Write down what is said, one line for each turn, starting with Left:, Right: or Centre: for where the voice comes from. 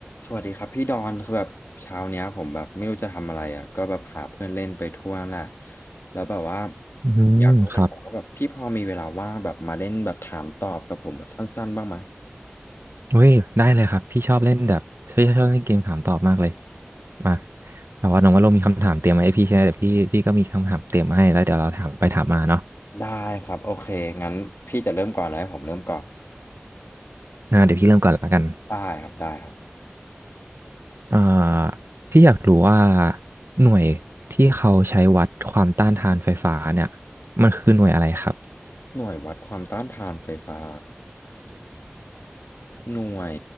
Left: สวัสดีครับพี่ดอนคือแบบเช้าเนี้ยผมแบบไม่รู้จะทำอะไรอ่ะก็แบบหาเพื่อนเล่นไปทั่วนั่นแหละแล้วแบบว่า
Right: อืมครับ
Left: อยากรู้เหมือนกันว่าแบบพี่พอมีเวลาว่างแบบมาเล่นแบบถามตอบกับผมแบบสั้นๆบ้างไหม
Right: เว้ยได้เลยครับพี่ชอบเล่นแบบพี่ชอบเล่นเกมถามตอบมากเลยมาแต่ว่าน้องว่าเรามีคำถามเตรียมมาให้พี่ใช่ไหมเดี๋ยวพี่พี่ก็มีคำถามเตรียมมาให้แล้วเดี๋ยวเราถามไปถามมาเนาะ
Left: ได้ครับโอเคงั้นพี่จะเริ่มก่อนเลยให้ผมเริ่มก่อน
Right: อ่าเดี๋ยวพี่เริ่มก่อนละกัน
Left: ได้ครับได้ครับ
Right: อ่าพี่อยากรู้ว่าหน่วยที่เขาใช้วัดความต้านทานไฟฟ้าเนี่ยมันคือหน่วยอะไรครับ
Left: หน่วยวัดความต้านทานไฟฟ้าหน่วย